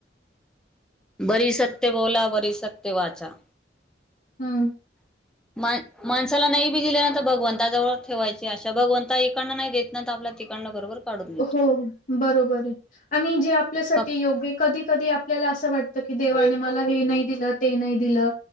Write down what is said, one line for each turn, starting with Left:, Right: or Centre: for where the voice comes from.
Centre: बरी सत्य बोला, बरी सत्य वाचा.
Left: हम्
Centre: <unintelligible> मा, माणसाला नाही बी दिल्यानं भगवंता जवळ ठेवायची अशा, भगवंता एककाना नाही देत. नंतर आपला तिकाडना बरोबर. काढून देतो
Left: हो, बरोबर हेय आणि जे आपल्यासाठी
Centre: फक्त
Left: योग्य कधी- कधी आपल्याला असं वाटतं, की देवाने मला हे नाही दिलं ते नाही दिलं.